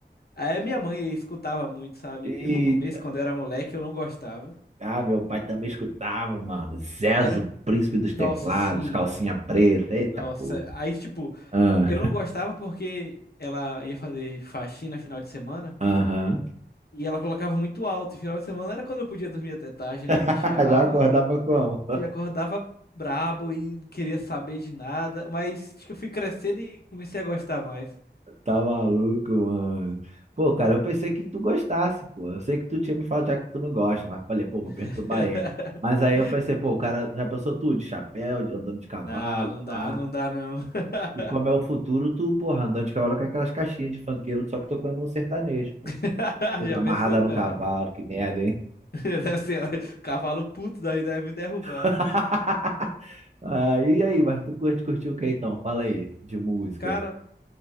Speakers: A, on the left (about 60°); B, on the right (about 40°).
A: a minha mãe escutava muito, sabe?
B: Eita,
A: Eu, No começo, quando eu era moleque, eu não gostava.
B: ah, meu pai também escutava, mano. Zezo,
A: Era,
B: príncipe dos teclados,
A: nossa, sim,
B: calcinha preta. Eita,
A: nossa.
B: pô.
A: Aí, tipo,
B: Ah,
A: eu não gostava porque ela ia fazer faxina final de semana
B: Aham.
A: e ela colocava muito alto. E final de semana era quando eu podia dormir até tarde,
B: <laughs>
A: né? Não tinha aula.
B: Já acordava como?
A: E acordava brabo e não queria saber de nada. Mas acho que eu fui crescendo e comecei a gostar mais.
B: Tá maluco, mano. Pô, cara, eu pensei que tu gostasse, pô. Eu sei que tu tinha me falado já que tu não gosta, mas falei, pô,
A: <laughs>
B: vou perturbar ele. Mas aí eu pensei, pô, o cara já pensou tudo, de chapéu, de andando de cavalo,
A: Não, não dá,
B: pá.
A: não dá, não. <laughs>
B: E como é o futuro, tu, porra, andando de cavalo com aquelas caixinhas de funkeiro, só que tocando um sertanejo, pô.
A: <laughs> Já
B: Amarrada
A: pensou,
B: no
A: cara?
B: cavalo, que merda, hein?
A: <laughs> Deve ser, ó, cavalo puto da vida deve me derrubar.
B: <laughs> Ah, e aí, mas tu curte, curtiu o que então? Fala aí, de músicas.
A: Cara,